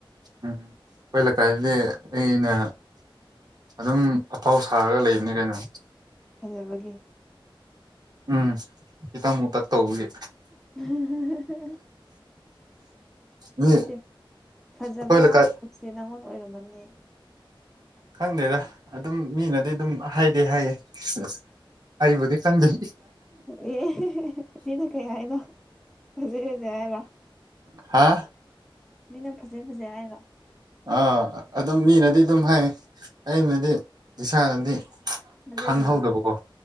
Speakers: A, on the right; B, in the centre.
A: ꯎꯝ ꯑꯩꯈꯣꯏ ꯂꯩꯀꯥꯏꯗꯤ ꯑꯩꯅ ꯑꯗꯨꯝ ꯑꯐꯥꯎ ꯁꯥꯔꯒ ꯂꯩꯕꯅꯤ ꯀꯩꯅꯣ
B: ꯐꯖꯕꯒꯦ
A: ꯎꯝ ꯏꯇꯃꯨ ꯇ ꯇꯧꯒ
B: ꯑꯍꯍꯍꯍ
A: ꯃꯤ
B: ꯅꯠꯇꯦ ꯐꯖꯕ
A: ꯑꯩꯈꯣꯏ ꯂꯩꯀꯥꯏ
B: ꯍꯧꯎꯔꯛꯄꯁꯦ ꯅꯪꯉꯣꯟ ꯑꯣꯏꯔꯝꯃꯅꯤ
A: ꯈꯪꯗꯦꯗ ꯑꯗꯨꯝ ꯃꯤꯅꯗꯤ ꯑꯗꯨꯝ ꯍꯥꯏꯗꯦ ꯍꯥꯏꯌꯦ ꯑ ꯑꯩꯕꯨꯗꯤ ꯈꯪꯗꯦ
B: ꯑꯦ ꯃꯤꯅ ꯀꯩ ꯍꯥꯏꯅꯣ ꯐꯖꯩ ꯐꯖꯩ ꯍꯥꯏꯔ
A: ꯍꯥ
B: ꯃꯤꯅ ꯐꯖꯩ ꯐꯖꯩ ꯍꯥꯏꯔꯣ
A: ꯑꯥ ꯑꯗꯨꯝ ꯃꯤꯅꯗꯤ ꯑꯗꯨꯝ ꯍꯥꯏ ꯑꯩꯅꯗꯤ ꯏꯁꯥꯅꯗꯤ
B: ꯊꯥꯖꯗ꯭ꯔꯁꯨ
A: ꯈꯪꯍꯧꯗꯕꯀꯣ